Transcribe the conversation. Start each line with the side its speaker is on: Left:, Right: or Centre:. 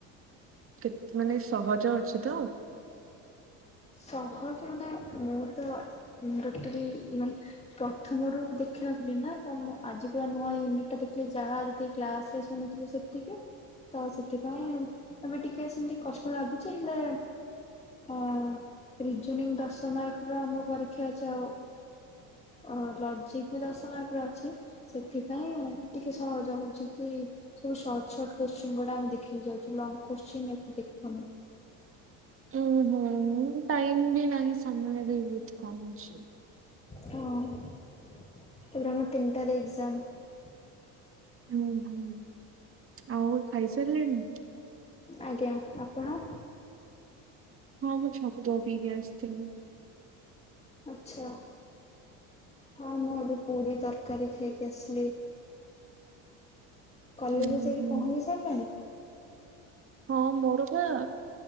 Right: କେତେ ମାନେ ସହଜ ଅଛିତ?
Left: ସହଜ ମାନେ ମୁଁ ତ ଗୋଟରେ ମାନେ ପ୍ରଥମରୁ ଦେ ଖିନଥିଲି ନା ତ ମୁଁ ଆଜି ପୁର ନୂଆୟୁନିଟା ଦେଖିଲି ଯାହା ଯେତିକି କ୍ଲାସରେ ଶୁଣିଥିଲି ସେତିକି। ତ ସେଥିପାଇଁ ଏବେ ଟିକେ ସେମତି କଷ୍ଟ ଲାଗୁଛି ହେଲେ ଅ ରିଜୋନିଙ୍ଗ ଦଶ ମାର୍କ ର ଆମ ପରୀକ୍ଷା ଅଛି ଆଉ। ଓ ଲଜିକ ବି ଦଶ ମାର୍କ ର ଅଛି ସେଥିପାଇଁ ଟିକେ ସହଜ ହୋଉଚି କି ସବୁ ସର୍ଟ ସର୍ଟ କୋଶ୍ଚିନ ଗୁଡ଼ା ଆମେ ଦେଖିକି ଯାଉଚୁ ଲଙ୍ଗ କୋଶ୍ଚିନ ଏତେ ଦେଖୁନୁ।
Right: ଉଁ ହୁଁ। ଟାଇମ ବି ନାହିଁ ସମୟ ବି ବୋହୁତ କମ୍ ଅଛି।
Left: ହଁ ତାପରେ ଆମର ତିନିଟାରେ ଏକ୍ସାମ।
Right: ହୁଁ ହୁଁ ଆଉ ଖାଇ ସାରିଲେଣି?
Left: ଆଜ୍ଞା ଆପଣ।
Right: ହଁ ମୁଁ ଛତୁଆ ପିଇକି ଆସିଥିଲି।
Left: ଆଚ୍ଛା। ହଁ ମୁଁ ଏବେ ପୁରୀ ତରକାରୀ ଖାଇକି ଆସିଲି। କଲେଜ
Right: ହୁଁ
Left: ଯାଇକି
Right: ହୁଁ।
Left: ପହଞ୍ଚି ସାରିଲଣି?
Right: ହଁ ମୋର ବା